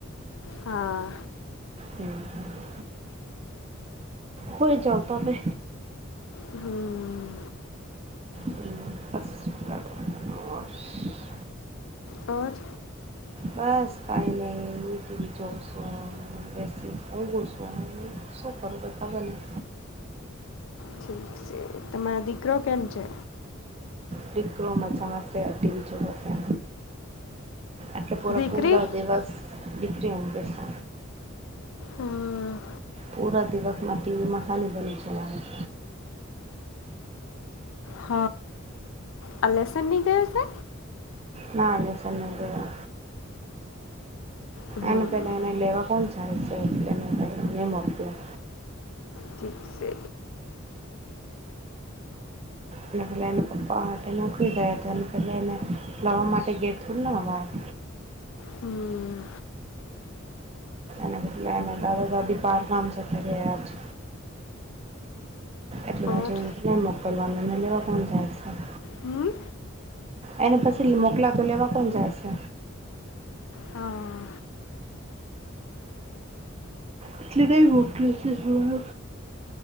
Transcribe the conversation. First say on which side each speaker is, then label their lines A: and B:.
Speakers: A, on the left; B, on the right.
A: હા
B: હમ્મ. હુઈ જાવ તમે
A: હમ્મ
B: હમ્મ બસ શું કરવાનું?
A: અવાજ
B: બસ કાંઈ નઈ ટી વી જોઉ સુ આ બેસી <unintelligible> શું કરુ કંઈ ખબર નઈ
A: ઠીક સે. તમારા દીકરો કેમ છે.
B: ડિકરો માજામા સે, ટી‌વી જોવે છે. એટલે પૂરો
A: દીકરી
B: પૂરો દિવસ ડીકરી ઉંઘે સે.
A: અમ,
B: પૂરા દિવસમા ટીવી મા હાની બાની ચલાવે.
A: હ આ લેસનની ગયો અસે.
B: ના લેસોન નહિ ગયો.
A: હમ
B: એને પેલા એને લેવા કોણ જાય સે એટલેને ની મોકયો.
A: ઠીક સે.
B: એને પેલા એના પપ્પા હાટે નોકરી ગયા તા, એને પેલા એને લવા માટે ગેર થોડી ન અવાય.
A: હમ
B: ને એટ્લે ન દાદ-દાદી બાર કામ જતા રીયા આજ. એટલે મેં
A: ઓર
B: જોયુ ને મોકલવા ને મે લેવા કોણ જાય સે.
A: હમ્મ.
B: એને પસી લ મોકલા તો લેવા કોણ જાયસે.
A: હા.
B: એટલે કઈ વોકસે જોહે.